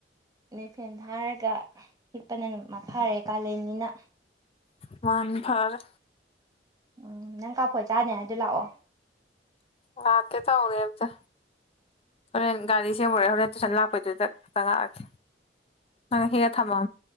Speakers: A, on the right (about 20°); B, on the left (about 35°).
A: ꯅꯦ ꯐꯦꯟ ꯊꯥꯔꯒ ꯍꯤꯞꯄꯅ ꯃꯐꯥꯔꯦ ꯀꯥꯂꯦꯟꯅꯤꯅ
B: ꯃꯥꯅꯤ ꯐꯔꯦ
A: ꯎꯝ ꯅꯪ ꯀꯥꯞꯄꯣꯏ ꯆꯥꯅꯤ ꯍꯥꯏꯗ ꯂꯥꯛꯑꯣ
B: ꯂꯥꯛꯀꯦ ꯇꯧꯕꯅꯦ ꯑꯝꯇꯥ꯫ ꯍꯣꯔꯦꯟ ꯒꯥꯔꯤ ꯁꯦꯝꯨꯔꯦ ꯍꯣꯔꯦꯟ ꯇꯨꯏꯁꯟ ꯂꯥꯛꯄꯩꯗꯨꯗ ꯇꯪꯉꯛꯑꯒꯦ꯫ ꯅꯪ ꯍꯦꯛꯑ ꯊꯝꯃꯣ꯫